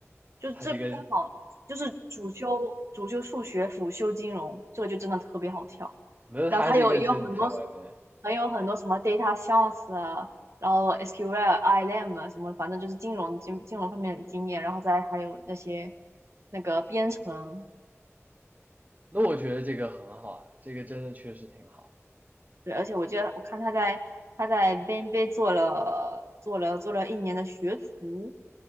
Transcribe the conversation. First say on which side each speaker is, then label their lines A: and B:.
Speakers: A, on the right; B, on the right.
A: 就这刚好就是主修主修数学，
B: 他这个，
A: 辅修金融，这个就真的特别好跳。
B: 那他这个真的太完美了
A: 然后他有也有很多还有很多什么 data science 啊，然后 SQL、ILM 什么，反正就是金融金金融方面的经验，然后再还有那些那个编程，
B: 那我觉得这个很好啊，这个真的确实挺好。
A: 对，而且我记得我看他在他在 BNB 做了做了做了一年的学徒，